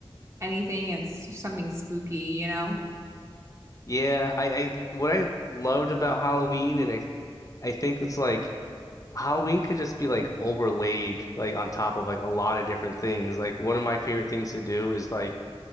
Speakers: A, on the right; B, on the left.
A: anything and s- something spooky, you know?
B: Yeah, I, I what I loved about Halloween and I I think it's like Halloween could just be like overlaid like on top of like a lot of different things. Like one of my favorite things to do is like